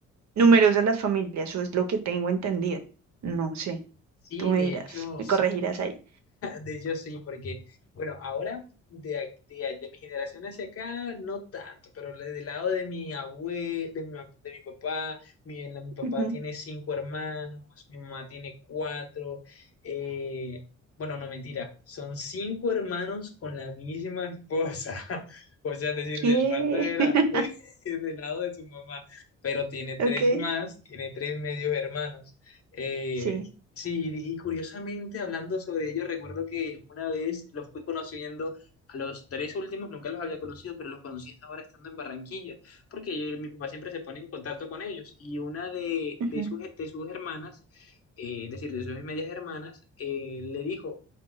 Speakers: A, on the right; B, on the left.
A: numerosa las familias, eso es lo que tengo entendido. No sé,
B: Sí,
A: tú me
B: de
A: dirás,
B: hecho,
A: me
B: sí.
A: corregirás ahí.
B: <laughs> de hecho sí, porque, bueno, ahora de, de, de mi generación hacia acá, no tanto, pero de- del lado de mi abuelo, de mi, ma- de mi papá, mi, la- mi papá
A: Ujú.
B: tiene cinco hermanos, mi mamá tiene cuatro, eh, bueno, no mentira, son cinco hermanos con la misma esposa, <laughs> o sea, es decir,
A: ¿Qué?
B: del parto de la,
A: <laughs>
B: de- <laughs> del lado de su mamá, pero tiene tres
A: Ok,
B: más, tiene tres medios hermanos. eh,
A: sí.
B: Sí, y curiosamente hablando sobre ello, recuerdo que una vez los fui conociendo a los tres últimos, nunca los había conocido, pero los conocí hasta ahora estando en Barranquilla, porque yo- mi papá siempre se pone en contacto con ellos. Y una de,
A: Ujú,
B: de sus, de sus hermanas, eh, es decir, de sus medias hermanas, eh, le dijo,